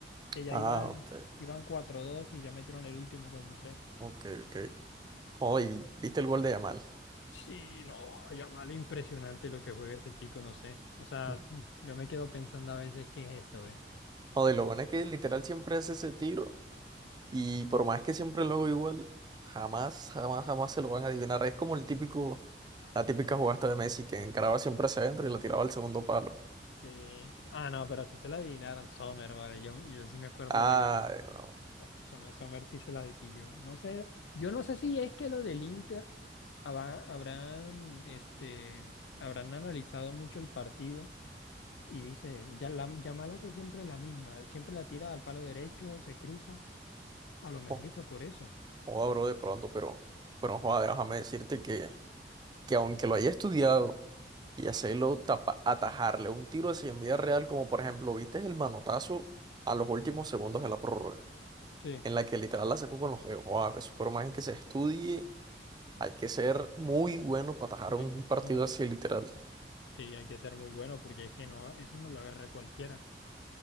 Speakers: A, on the left (about 85°); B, on the right (about 25°).
A: que ya
B: Ah,
A: iban,
B: ok.
A: iban cuatro dos y ya metieron el último cuatro tres
B: Ok, ok. Joder, ¿viste el gol de Yamal?
A: Sí, no, mal impresionante lo que juega ese chico, no sé. O sea,
B: No.
A: mm, yo me quedo pensando a veces qué es esto, ¿eh?
B: Joder, lo bueno es que literal siempre hace ese tiro y por más que siempre lo hago igual, jamás, jamás, jamás se lo van a adivinar. Es como el típico, la típica jugada esta de Messi que encaraba siempre hacia adentro y la tiraba al segundo palo.
A: Sí. Ah, no, pero si se la adivinaron, Sommer, vale. Yo, yo sí me acuerdo
B: Ah,
A: de haber llegado.
B: no.
A: Som- Som- Sommer, Sommer sí se la adivinó. No sé, yo no sé si es que lo del Inter haba- habrán, este, habrán analizado mucho el partido y dicen, ya la, Yamal hace siempre la misma, siempre la tira al palo derecho, se cruza. A lo mejor
B: Jo-
A: y fue por eso.
B: Joda, bro, de pronto, pero, pero joda, déjame decirte que, que aunque lo haya estudiado, y hacerlo tapa- atajarle un tiro así en vida real, como por ejemplo, ¿viste el manotazo a los últimos segundos de la prórroga?
A: Sí,
B: En la que literal la sacó con los dedos. Wow, eso por más que se estudie, hay que ser muy bueno para atajar un
A: hay que ser
B: partido
A: muy
B: así literal.
A: bueno. Sí, hay que ser muy bueno porque es que no, eso no lo agarra cualquiera.